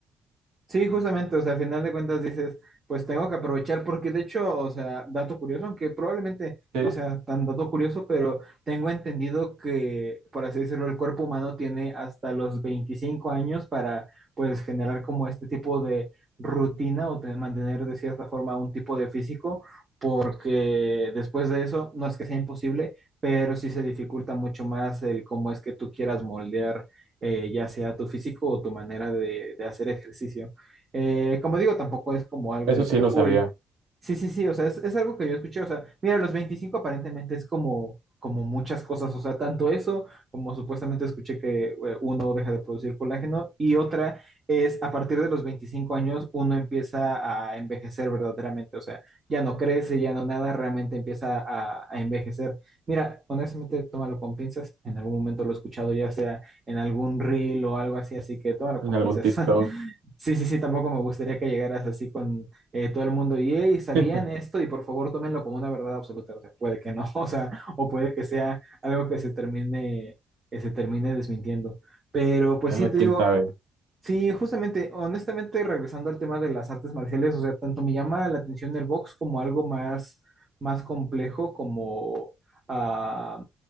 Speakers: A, on the right; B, on the right.
A: Sí, justamente, o sea, al final de cuentas dices, pues tengo que aprovechar, porque de hecho, o sea, dato curioso, aunque probablemente
B: Sí,
A: no sea tan dato curioso, pero tengo entendido que, por así decirlo, el cuerpo humano tiene hasta los 25 años para, pues, generar como este tipo de rutina o te- mantener de cierta forma un tipo de físico, porque después de eso, no es que sea imposible, pero sí se dificulta mucho más el cómo es que tú quieras moldear, eh, ya sea tu físico o tu manera de de hacer ejercicio. Eh, como digo, tampoco es como algo
B: eso
A: de
B: sí
A: que,
B: no
A: uy,
B: sabía
A: sí, sí, sí, o sea, es, es algo que yo escuché, o sea, mira, los 25 aparentemente es como, como muchas cosas, o sea, tanto eso como supuestamente escuché que eh, uno deja de producir colágeno y otra es a partir de los 25 años uno empieza a envejecer verdaderamente, o sea, ya no crece, ya no nada, realmente empieza a, a envejecer. Mira, honestamente, tómalo con pinzas, en algún momento lo he escuchado ya sea en algún reel o algo así, así que tómalo
B: en
A: con
B: algún
A: pinzas.
B: TikTok,
A: <laughs> Sí, sí, sí, tampoco me gustaría que llegaras así con eh, todo el mundo y, hey, ¿sabían
B: <laughs>
A: esto? Y por favor, tómenlo como una verdad absoluta. O sea, puede que no, <laughs> o sea, o puede que sea algo que se termine, que se termine desmintiendo. Pero pues
B: Ah,
A: sí, te
B: quién
A: digo,
B: sabe.
A: Sí, justamente, honestamente, regresando al tema de las artes marciales, o sea, tanto me llama la atención el box como algo más, más complejo, como, ah,